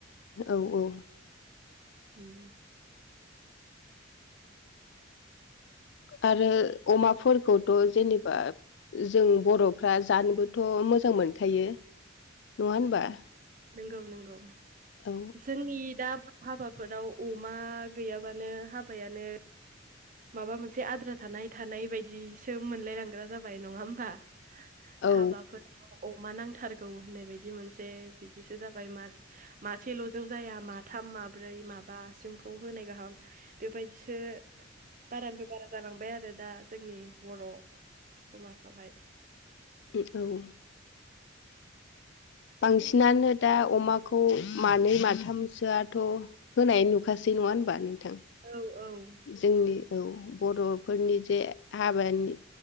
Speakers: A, on the left; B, on the right.
A: औ औ
B: उ <unintelligible>
A: आरो अमाफोरखौथ' जेनेबा जों बर'फ्रा जानोबोथ' मोजां मोनखायो नङा होनबा?
B: नोंगौ नोंगौ
A: औ
B: जोंनि दा हाबाफोराव अमा गैयाबानो हाबायानो माबा मोनसे आद्रा थानाय थानाय बायदिसो मोनलाय लांग्रा जाबाय नङा होमबा?
A: औ
B: हाबाफोराव अमा नांथारगौ होननाय बायदि मोनसे बिदिसो जाबाय मास मासेल'जों जाया माथाम माब्रै माबासिम खौ होनाय गाहाम बेबायदिसो बारानिफ्राय बारा जालांबाय आरो दा जोंनि बर' समाजावहाय
A: उ औ
B: अमा
A: बांसिनानो दा अमाखौ मानै माथामसोआथ' होनाय नुखासै नङा होनबा नोंथां?
B: औ औ
A: जोंनि औ बर'फोरनि जे हाबानि